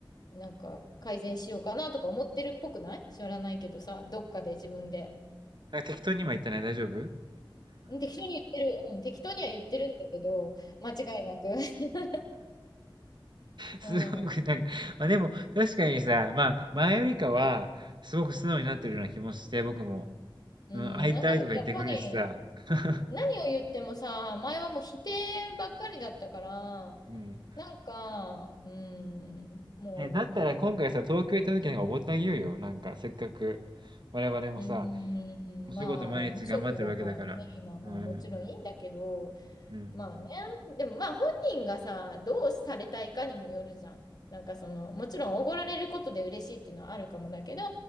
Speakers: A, on the left (about 50°); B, on the right (about 60°).
A: なんか改善しようかなとか思ってるっぽくない知らないけどさ、どっかで自分で。
B: なんか適当に今言ったね、大丈夫 <laughs>？
A: うん適当に言ってる、うん、適当には言ってるんだけど、間違いなく。<laughs>
B: すごくなんか、
A: うん、
B: ま、でも確かにさ、まあ、前よりかはすごく素直になってるような気もして、僕も。
A: うんなんかやっぱり
B: うん、会いたいとか言ってくるしさ。<laughs>
A: 何を言ってもさ、前はもう否定ばっかりだったから、
B: うん。
A: なんか、うん、も
B: え、だったら今回さ、東京行った時なんかおごってあげようよ、なんかせっかく。我々もさ
A: う、う
B: お仕事毎日頑張ってるわけだから。
A: ん、まあ、無職だからね、今、まあもちろんいいんだけど、
B: うん、うん、
A: まあね。でもまあ本人がさ、どうされたいかにもよるじゃん。なんかその、もちろんおごられることで嬉しいっていうのはあるかもだけど、